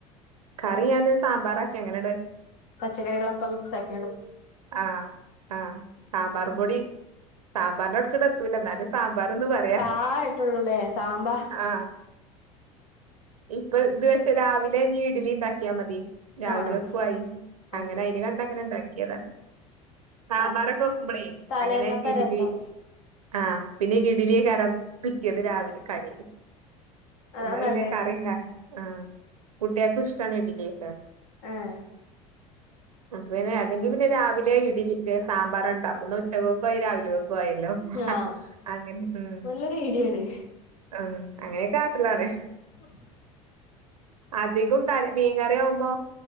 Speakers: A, on the right; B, on the left.
A: കറി ഞാന് ഒരു സാമ്പാറാക്കി അങ്ങനെ
B: പച്ചക്കറി കൾ ഒക്കെക് മിക്സ് ആക്കി.
A: ആ ആ ആ ബർപൊടി. സാമ്പാറിന്റെ വട്ക്ക്ണെത്തൂല ന്നാലും. സാമ്പാർന്ന് പറയാ
B: സാ ആയിട്ടുള്ളൂല്ലേ സാമ്പാ
A: ആ പ്പ ഇത് പക്ഷെ രാവിലെ ഇനി ഇഡലി ഇണ്ടാക്കിയാമതി രാവിലെ
B: ആഹ്
A: കെക്കുവായി
B: അത്
A: അങ്ങനെ
B: ശരി
A: അയിന് കണ്ടങ്ങനെ ഇണ്ടാക്കി. <unintelligible> സാമ്പാറൊക്കെ
B: ആഹ്
A: വെക്കുമ്പോളേ
B: തലേന്നൊക്കെ
A: അങ്ങനെ ഇഡ്ലി
B: രസം
A: ആ പിന്നെ ഇഡലി രം പിറ്റേന്ന് രാവിലെ കടിയില്
B: അതാ
A: എന്താ
B: നല്ലേ
A: പിന്നെ കറി ഉണ്ടാക്ക ആ കുട്ടയാ ഒക്കെ
B: ഏഹ്
A: പിന്നെ അല്ലെങ്കി പിന്നെ രാവിലെ ഇഡിലി സാമ്പാർ ഉണ്ടാക്കുന്നു ഉച്ചക്ക് രാവിലെ ല്ലോ
B: ആഹ്
A: അങ്ങനെ ഉ
B: നല്ലൊരു ഐഡിയാണ്
A: ഉ അങ്ങനെയൊക്കെ കാട്ടിലാണ്
B: സ സ
A: അധികം ത മീൻകറി ആവുമ്പോ